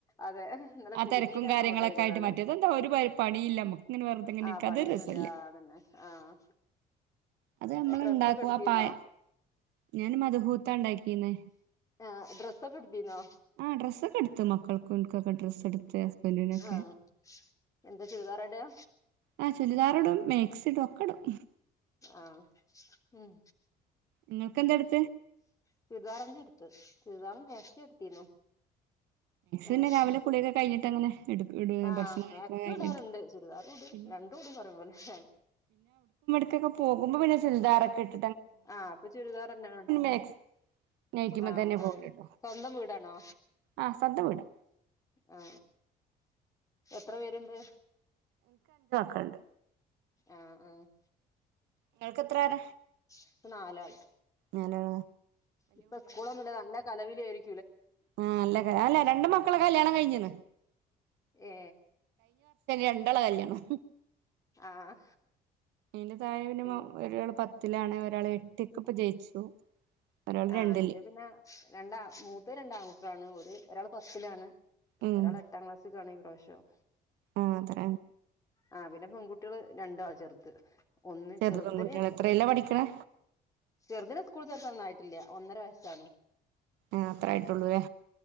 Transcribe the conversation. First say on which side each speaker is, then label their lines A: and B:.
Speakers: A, on the left; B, on the right.
A: അതെ ഇന്നലെ
B: ആ
A: കുടുങ്ങീട്ടങ്ങനെ
B: തിരക്കും കാര്യങ്ങളൊക്കെ
A: ഓർഡർ ചെയ്തതാണ്
B: ആയിട്ട് മറ്റേത് എന്താ ഒരു പണിയില്ല നമുക്കിങ്ങനെ വെറുതിങ്ങനെ
A: ആഹ്
B: ഇര്ക്കാം
A: പണിയൊന്നുല്ല
B: അതൊരസല്ലേ
A: അതന്നെ ആഹ്
B: അത് നമ്മൾ
A: ഡ്രസ്സൊക്കെ
B: ണ്ടാക്കും
A: എടുത്തിരുന്നോ
B: ആ പായ ഞാന് മദ് ഹൂത്തണ്ടാക്കിന്നെ
A: ആ ഡ്രസ്സൊക്കെ എടുത്തീന്നോ
B: ആ ഡ്രസെ എടുത്ത് മക്കൾക്കും ഇൻകൊ ഡ്രസ്സെടുത്ത് ഹസ്ബൻഡിനാെക്ക
A: ആഹ് എന്താ ചുരിദാർ ഇടാ
B: ആ ചുരിദാറിടും മേക്സിടും ഒക്കെടും ഉ
A: ആ ഉം
B: നിങ്ങൾക്കെന്തെടു
A: ചുരിദാറന്നെ എടുത്തു ചുരിദാറൻ നേരത്തെ എടുത്തിരുന്നു മാക്സി
B: പിന്നെ രാവിലെ കുളിയൊക്കെ കഴിഞ്ഞിട്ട് അങ്ങനെ എടു ഇടു
A: ആ
B: ഭക്ഷണം
A: മാക്സിടാറുണ്ട്
B: കഴിക്കണ കഴിഞ്ഞിട്ട്
A: ചുരിദാറിടും
B: പിന്നെ
A: രണ്ടും ഇടും ഒരേ പോലെ ങാ
B: പുറത്ത്ക്കെ പോക്പോ പിന്നെ ചുരിദാറൊക്കെ ഇട്ട്
A: ആ അപ്പൊ ചുരിദാർതന്നണോ
B: മാക്സി നൈറ്റിമ്മെ
A: ആ
B: തന്നെ
A: ആ
B: പോവല്ട്ടോ
A: സ്വന്തം വീടാണോ
B: ആഹ് സദ്യ വീട്
A: ആ എത്ര പേരുണ്ട്
B: ഉണ്ട്
A: ആ ആ
B: നിങ്ങൾക്ക് എത്ര പേരാ
A: ഇപ്പനാലാള്
B: നാലാളാ
A: ഇപ്പൊ ഈസ്കൂളൊന്നുംഇല്ല നല്ല കലപില ശരി
B: ആ അല്ല രണ്ട്മക്കള് കല്യാണം കഴിഞ്ഞന്ന്
A: ഏ
B: രണ്ടാള്കല്യാണം
A: ആഹ്
B: എന്റെ തായെ പിന്നെ
A: ഉം
B: ഒരാൾ പത്തിലാണ് ഒരാൾ എട്ടിൽ ഇപ്പ ജയിച്ചു ഒരാള്
A: ആ
B: രണ്ടില്
A: എന്റെ പിന്നെ രണ്ടാ മൂത്തത് രണ്ട് ആൺ ഒരാണ് ഒരാൾ പത്തിലാണ്
B: ഉം
A: ഒരാള്എട്ടാം ക്ലാസ്സിൽ കാണ് പ്രാവിശ്യം
B: ആഹ് അത്ര
A: ആഹ് പിന്നെ പെൺകുട്ടികള് രണ്ടാ ചെറ്ത് ഒന്ന്
B: ചെറുത്
A: ചെറുതിനെ
B: പെൺകുട്ടികള് എത്രയിലാ പഠിക്കണേ
A: ചെറുതിനെ സ്കൂൾ ചേർത്ത ഒന്നായി ടില്ല ഒന്നര വയസ്സാണ്
B: ആഹ് അത്രേയിട്ടുള്ളുവേ